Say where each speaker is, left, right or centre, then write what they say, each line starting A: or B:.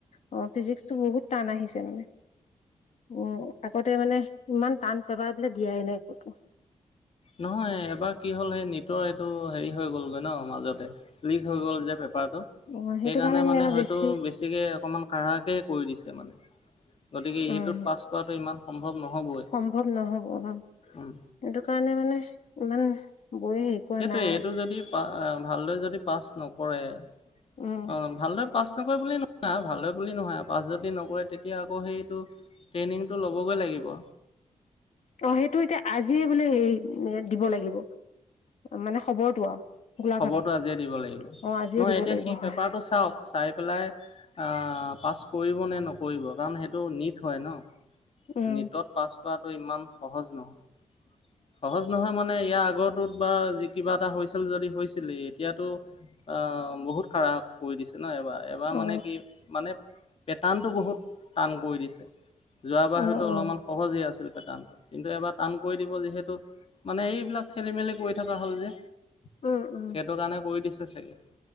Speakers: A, on the left; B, on the left.
A: অ, ফিজিক্সটো, বহুত টান আহিছে মানে। উম, আগত তে, মানে। ইমান টান পাবা, বোলি দিয়াই নাই একোতো। <inaudible>
B: নহয়, এবাৰ কি হ'ল সেই নিটৰ এইটো, হেৰি হৈ গলগৈ ন মাজতে লিক হৈ গ'ল যে পাপেৰটো,
A: অ সেইটো
B: সেইকাৰণে
A: কাৰণে
B: মানে,
A: আমাৰ
B: হয়তো
A: বেছি
B: বেছিকে অকমান কাঢ়াকেই কৰি দিছে মানে। গতিকে এইটোত
A: উম,
B: পাছ কৰাটো ইমান সম্ভৱ নহ'বই
A: সম্ভৱ নহব উম,
B: উম,
A: সেইটো কাৰণে মানে ইমান বৌয়ে হেৰি কৰা
B: সেইটোৱে
A: নাই
B: এইটো যদি, পা-ভালদৰে যদি পাছ নকৰে, অ',
A: উম
B: ভালদৰে পাছ নকৰে, বুলি নহয় ভালদৰে বুলি নহয়, পাছ যদি নকৰে, তেতিয়া আকৌ সেইটো, ট্ৰেইনিংটো ল'বগৈ লাগিব।
A: অ', সেইটো, এতিয়া আজিয়ে বোলে, হেৰি দিব লাগিব। মানে খবৰটো আও গোলাঘাটত
B: খবৰটো আজিয়ে দিব লাগিব,
A: অ আজিয়ে
B: নহয়,
A: দিব
B: এতিয়া
A: লাগিব
B: সি পেপাৰটো
A: হয়
B: চাওঁক, চাই পেলাই, অ' পাছ কৰিব নে, নকৰিব, কাৰণ সেইটো নীত হয়, ন?
A: উম
B: নীটত পাছ হোৱাটো, ইমান সহজ নহয়। সহজ নহয়, মানে ইয়াৰ আগৰটোত, বা, যি কিবা এটা হৈছিল, যদি হৈছিলে, এতিয়াতো অ', বহুত কাৰহা কৰি দিছ নহ, এইবাৰ, এবাৰ
A: অ
B: মানে কি মানে পেটাৰ্ণটো বহুত টান কৰি দিছে। যোৱাবাৰ
A: অ
B: হয়তো,
A: অ
B: অলপমান সহজে আছিল। টান কিন্তু, এবাৰ টান কৰি দিব যিহে তো, মানে এইবিলাক খেলি, মেলি কৰি থাকো হ'ল যে,
A: উম উম
B: সেইটো কাৰণে কৰি দিছে সেয়ে